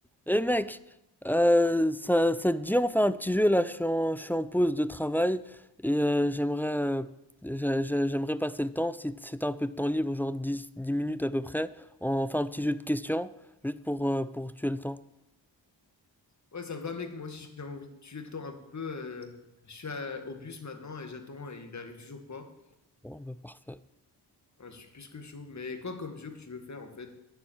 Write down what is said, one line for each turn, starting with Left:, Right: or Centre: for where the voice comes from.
Centre: Eh mec, euh, ça, ça te dit on fait un petit jeu là, je suis en, je suis en pause de travail et euh, j'aimerais euh, j'a- j'a- j'aimerais passer le temps, si, si t'as un peu de temps libre, genre 10 10 minutes à peu près, on fait un petit jeu de questions, juste pour, euh, pour tuer le temps.
Left: Ouais, ça va, mec. Moi aussi, j'ai envie de tuer le temps un peu. euh, je suis à- au bus maintenant et j'attends et il arrive toujours pas.
Centre: Bon, bah parfait.
Left: Ouais, je suis plus que chaud. Mais quoi comme jeu que tu veux faire en fait?